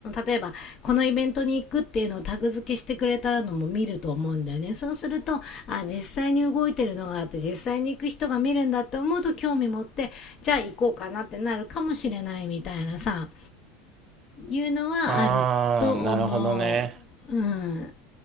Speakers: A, on the left; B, on the right.
A: 例えばこのイベントに行くっていうのをタグ付けしてくれたのも見ると思うんだよねそうするとあ実際に動いてるのがあって実際に行く人が見るんだって思うと興味持ってじゃあ行こうかなってなるかもしれないみたいなさいうのはあると思う。
B: あー、なるほどね。
A: うん